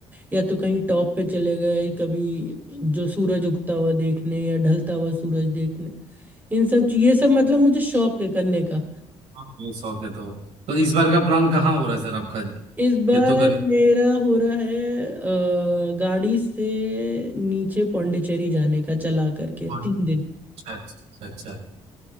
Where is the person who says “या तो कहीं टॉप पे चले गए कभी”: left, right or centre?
Right